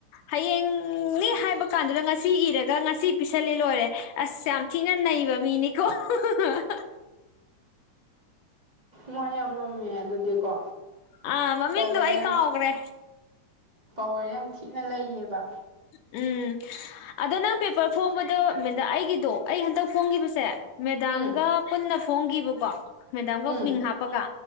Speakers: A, on the left; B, on the right.
A: ꯍꯌꯦꯡꯅꯦ ꯍꯥꯏꯕ ꯀꯥꯟꯗꯨꯗ ꯉꯁꯤ ꯏꯔꯒ ꯉꯁꯤ ꯄꯤꯁꯜꯂꯦ ꯂꯣꯏꯔꯦ ꯑꯁ ꯌꯥꯝ ꯊꯤꯅ ꯅꯩꯕ ꯃꯤꯅꯤꯀꯣ ꯍ
B: ꯃꯥ ꯌꯥꯝ ꯉꯝꯃꯦ ꯑꯗꯨꯗꯤꯀꯣ
A: ꯑꯥ ꯃꯃꯤꯡꯗꯣ
B: ꯄꯋꯥꯔ
A: ꯑꯩ
B: ꯌꯥꯝ
A: ꯀꯥꯎꯈ꯭ꯔꯦ
B: ꯄꯋꯥꯔ ꯌꯥꯝ ꯊꯤꯅ ꯂꯩꯌꯦꯕ
A: ꯎꯝ ꯑꯗꯣ ꯅꯪ ꯄꯦꯄꯔ ꯐꯣꯡꯕꯗꯣ ꯃꯦꯟꯗ ꯑꯩꯒꯤꯗꯣ ꯑꯩ ꯍꯟꯗꯛ ꯐꯣꯡꯒꯤꯈꯤꯕꯁꯦ ꯃꯦꯗꯥꯝꯒ
B: ꯎꯝ
A: ꯄꯨꯟꯅ ꯐꯣꯡꯈꯤꯕꯀꯣ ꯃꯦꯗꯥꯝꯒ
B: ꯎꯝ
A: ꯃꯤꯡ ꯍꯥꯞꯄꯒ